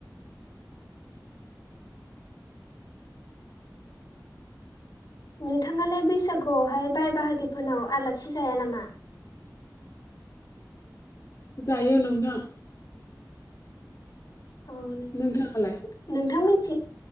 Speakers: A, on the left; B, on the left.
A: नोंथाङालाय बैसागुयावहाय बाय बाहागिफोरनाव आलासि जाया नामा?
B: जायो नोंथां
A: औ नों
B: नोंथाङालाय?
A: नोंथां मोनथि